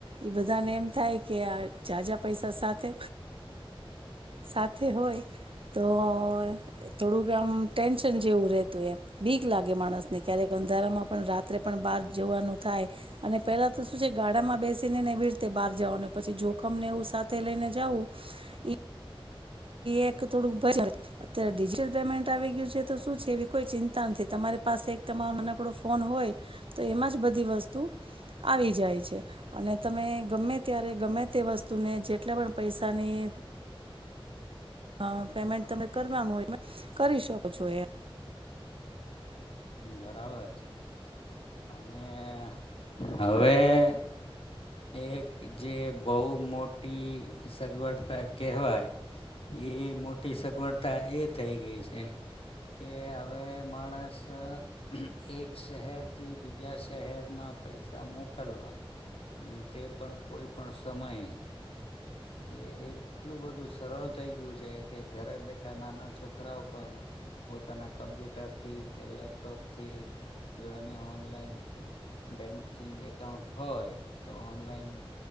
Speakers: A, on the right (about 65°); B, on the left (about 75°).
A: એ બધાને એમ થાય કે આ જાજા પૈસા સાથે સાથે હોય તો અહ થોડુંક આમ ટેન્શન જેવું રહેેતું એ બીક લાગે માણસને ક્યારેક અંધારામાં પણ રાત્રે પણ બહાર જવાનું થાય અને પેલા તો શું છે ગાડામાં બેસીને ને એવી રીતે બહાર જવાનો, પછી જોખમને એવું સાથે લઈને જાવું ઈ એક થોડુંક <unintelligible> અત્યારે ડિજિટલ પેમેન્ટ આવી ગયું છે તો શું છે એવી કોઈ ચિંતા નથી. તમારી પાસે એક તમારો નાનકડો ફોન હોય તો એમાં જ બધી વસ્તુ આવી જાય છે. અને તમે ગમે ત્યારે ગમે તે વસ્તુને જેટલા પણ પૈસાની અહ પેમેન્ટ તમે કરવાનું હોય, કરી શકો છો એમ.
B: હમ્મ, બરાબર છે. અને હવે એક જે બહુ મોટી સગવડતા કહેવાય એ મોટી સગવડતા એ થઈ ગઈ છે કે હવે માણસ અહ એક શહેરથી બીજા શહેરમાં પૈસા મોકલવા અને તે પણ કોઈ પણ સમયે, એ એટલું બધું સરળ થઈ ગયું છે કે ઘરે બેઠા નાના છોકરાઓ પણ પોતાના કમ્પ્યુટરથી કે લેપટોપથી જો એને ઓનલાઈન બેન્કિંગ એકાઉન્ટ હોય તો ઓનલાઈન